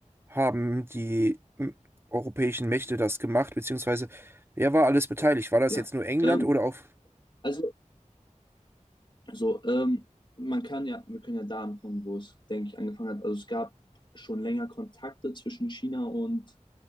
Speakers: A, on the right; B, on the left.
A: haben die m, europäischen Mächte das gemacht, beziehungsweise wer war alles beteiligt? War das
B: Ja.
A: jetzt nur England
B: Ähm,
A: oder auch
B: also, so, ähm, man kann ja, wir können ja da anfangen, wo es, denke ich, angefangen hat. Also es gab schon länger Kontakte zwischen China und